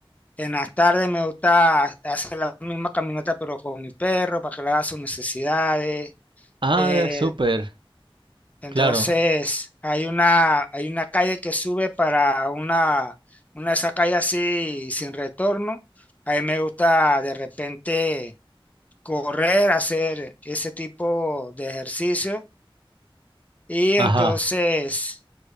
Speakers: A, on the left; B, on the right.
A: En las tardes me gusta hacer la misma caminata, pero con mi perro, para que le haga sus necesidades.
B: Ah,
A: Eh,
B: súper,
A: entonces,
B: claro.
A: hay una, hay una calle que sube para una, una de esas calles así sin retorno. A mí me gusta de repente correr, hacer ese tipo de ejercicio. Y entonces,
B: Ajá.